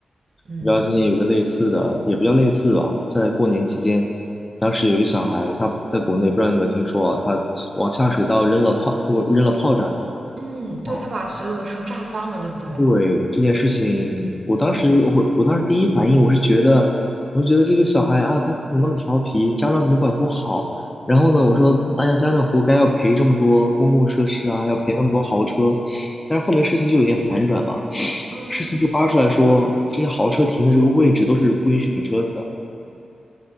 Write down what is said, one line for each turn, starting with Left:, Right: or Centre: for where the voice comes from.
Right: 嗯
Left: 你知道今年有个类似的，也不叫类似吧，在过年期间，当时有一个小孩，他在国内不知道你有没有听说啊，他往下水道扔了炮，扔了炮仗，
Right: 嗯，对，
Left: 哦
Right: 他把所有的车炸翻了，对不对？
Left: 对这件事情，我当时我我当时第一反应我是觉得，我就觉得这个小孩啊，他怎么那么调皮，家长怎么管不好？然后呢，我说，哎呀，家长活该要赔这么多公共设施啊，要赔那么多豪车。但是后面事情就有点反转嘛，
Right: 嗯，
Left: 事情就扒出来说，这些豪车停的这个位置都是不允许停车的，